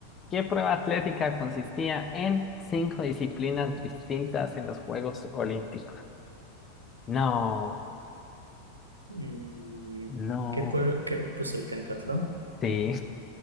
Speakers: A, on the left (about 25°); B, on the right (about 80°).
A: ¿Qué prueba atlética consistía en cinco disciplinas distintas en los Juegos Olímpicos? No,
B: Mm,
A: no,
B: ¿qué, pue- qué puse el pentatlón?
A: sí.